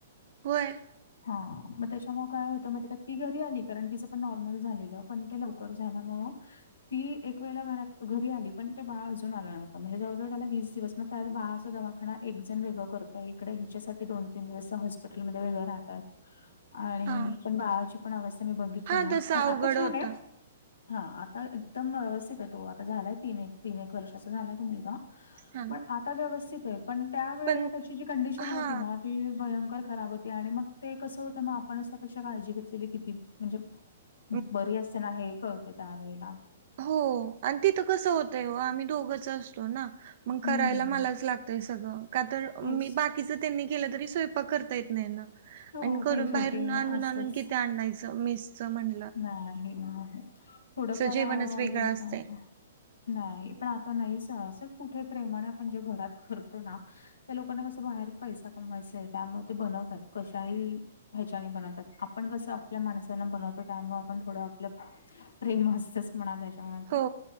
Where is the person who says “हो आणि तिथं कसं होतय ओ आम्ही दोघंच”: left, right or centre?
Right